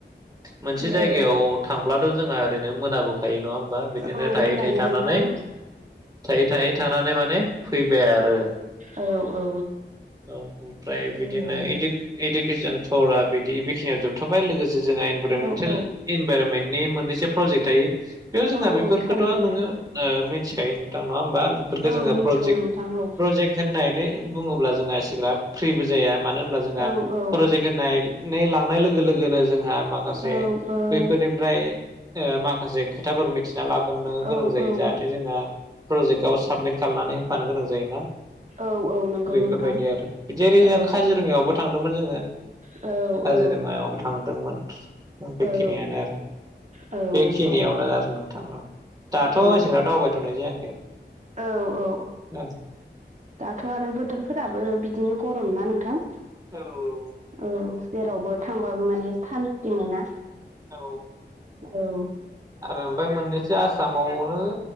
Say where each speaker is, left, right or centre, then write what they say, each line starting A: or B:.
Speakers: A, on the right (about 20°); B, on the right (about 40°).
A: मोनसे
B: औ
A: जायगायाव थांब्लाथ' जोंहा ओरैनो मोनाबोखायो नङा होम बा बिदिनो
B: औ
A: थायै
B: मोनायो
A: थायै थानानै
B: नोंथां औ
A: थायै थायै थानानै माने फैबाय आरो
B: औ औ
A: औ ओमफ्राय बिदिनो
B: औ
A: इदि इडुकेसन थरा बिदि बेखिनियाव जोबथ'बाय लोगोसे जोंहा इनभायर'मेन्टेल
B: औ
A: इनभायर'मेन्ट नि मोननैसो प्रजेक्ट थायो बेयाव जोंहा
B: औ
A: बेफोरखौथ'
B: औ थायो नोंथां
A: नोङो
B: थायो
A: मिथिखायो <unintelligible> नङा होमबा बेफोरखौ
B: औ
A: जोङो
B: मिथिगौ
A: प्रजेक्ट
B: नोंथां औ
A: प्रजेक्ट होननानै बुङोब्ला जोंहा एसेग्रा फ्रिबो जाया मानो होनब्ला जोंहा
B: औ औ
A: प्रजेक्ट होननानै लांनाय लोगो लोगोनो जोंहा माखासे
B: औ औ
A: बैफोरनि फ्राय माखासे खोथाफोर मिथिना लागोरनो
B: औ
A: गोनां जायो
B: औ
A: जाहाथे जोंहा प्रजेक्टआव साबमिट खालनानै होफानो गोनां जायोना
B: औ औ नंगौ
A: बेफोरबायदि
B: नोंथां
A: आरो बिदि
B: औ
A: काजिरङायावबो थांदोंमोन जोङो
B: औ।
A: काजिरङायावबो
B: औ
A: थांदोंमोन बेखिनियानो
B: औ
A: आरो
B: औ
A: बेखिनियावनो
B: नोंथां औ
A: आरो नोंथां औ दाथ'
B: औ
A: इसिग्राब दावबायथ'नाय जायाखै
B: औ औ
A: औ
B: दाथ' आरो बोथोरफोराबो बिदिनो गरम ना नोंथां?
A: औ औ
B: औ जेरावबो थांबाबो माने सान्थि मोना
A: औ
B: औ।
A: आरो ओमफ्राय मोननैसो आसामावनो